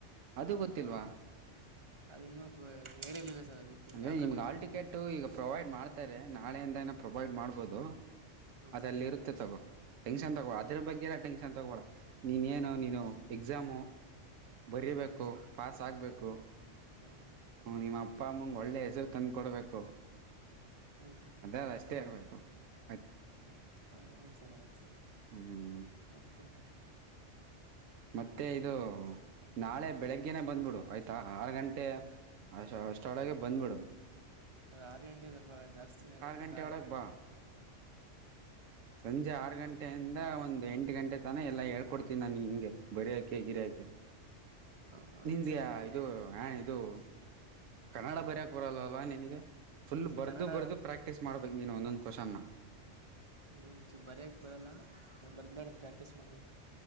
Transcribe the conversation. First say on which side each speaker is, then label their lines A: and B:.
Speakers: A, on the right; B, on the right.
A: ಅದು ಗೊತ್ತಿಲ್ವಾ
B: ಹಾಂ ಅದು ಇನ್ನು ಹೇಳಿಲ್ಲ ಸರ್ ಅದಕ್ಕೆ
A: ಅಂದ್ರೆ
B: ಯಾವ
A: ನಿಮ್ಗೆ,
B: ಕಾಲೇಜು
A: ಹಾಲ್ಟಿಕ್ಟ್,
B: ಅಂತ
A: ಈಗ ಪ್ರೊವೈಡ್ ಮಾಡ್ತಾರೆ! ನಾಳೆಯಿಂದ, ಏನ, ಪ್ರೊವೈಡ್, ಮಾಡ್ಬೋದು? <inaudible>
B: ಹ್ಞೂ
A: ಅದಲ್ಲಿ,
B: ಸರ್
A: ಇರುತ್ತೆ, ತಗೋ? <inaudible> ಟೆನ್ಷನ್, ತಗೋ, ಅದ್ರ, ಬಗ್ಗೆ! ಎಲ್ಲ, ಟೆನ್ಷನ್ ತಗೋಬೇಡ, ನೀನ, ಏನು ನೀನು ಎಕ್ಸಾಮು. <inaudible> ಬರೀಬೇಕು,
B: ಹ್ಞೂ ಸರ್
A: ಪಾಸ್, ಆಗ್ಬೇಕು!
B: ಹ್ಞೂ ಸರ್
A: ನಿಮ್ಮ. <inaudible> ಅಪ್ಪ, ಅಮ್ಮಗೆ, ಒಳ್ಳೆ, ಹೆಸರು, ತಂದು ಕೊಡ್ಬೇಕು!
B: ಹ್ಞೂ ಸರ್
A: ಅದೇ, ಅಷ್ಟೇ, ಇರಬೇಕು? <inaudible>
B: <unintelligible> <inaudible>
A: ಹ್ಞೂ ಮತ್ತೆ, ಇದು. <inaudible> ನಾಳೆ, ಬೆಳಗ್ಗೆನೆೇ, ಬಂದ್ಬಿಡು! ಆಯ್ತಾ ಆರು ಗಂಟೆ, ಅ, ಅಷ್ಟರೊಳಗೆ, ಬಂದ್ಬಿಡು? <inaudible>
B: ಅರುಗಂಟೇ, ಸ್ವಲ್ಪ, ಜಾಸ್ತಿ, ಆಂತಾ?
A: ಗಂಟೆ
B: <inaudible>
A: ಒಳಗೆ ಬಾ ಸಂಜೆ, ಆರು, ಗಂಟೆಯಿಂದ, ಒಂದು ಎಂಟು ಗಂಟೆ, ತನ. <inaudible> ಇಲ್ಲ, ಹೇಳ್ಕೊಡ್ತೀನಿ! ನಾನು, ಹಿಂಗೆ, ಬರಿಯಾಕೆ, ಗಿರಿಯಾಕೆ? <inaudible>
B: ಹಾಂ ಆಯ್ತು
A: ನಿಂದ್ಯಾ,
B: ಸರ್ ಬರ್ತೀನಿ
A: ಇದು, ಹಾ, ಇದು? <inaudible> ಕನ್ನಡ, ಬರಯಕ್ ಬರಲ್ಲಲ್ಲಾ! ನಿನಗೆ ಫುಲ್
B: ಸರ್
A: ಬರ್ದು,
B: ಕನ್ನಡ
A: ಬರ್ದು, ಪ್ರಾಕ್ಟೀಸ್, ಮಾಡ್ಬೇಕ್, ನೀನು ಒಂದೊಂದು? <inaudible> ಕ್ವೆಶ್ಚನ್. <inaudible>
B: ಹ್, ಒಂದುಚೂರು, ಬರೆಯಕ್ಕೆ ಬರಲ್ಲ, ಬರ್ಬೇಡ್ದು, ಪ್ರಾಕ್ಟೀಸ್, ಮಾಡ್. <inaudible>